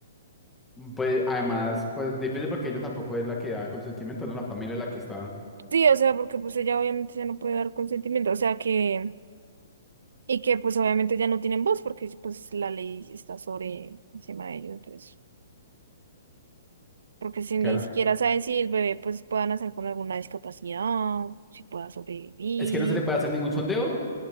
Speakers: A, in the centre; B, on the right.
A: Pues además, pues difícil porque ella tampoco es la que da el consentimiento, ¿no? La familia es la que está.
B: Sí, o sea, porque pues ella obviamente ya no puede dar consentimiento. O sea que... Y que pues obviamente ya no tienen voz porque pues la ley está sobre encima de ellos. Entonces, porque si ni
A: que-
B: siquiera saben si el bebé pues pueda nacer con alguna discapacidad, si pueda sobrevivir.
A: Es que no se le puede hacer ningún sondeo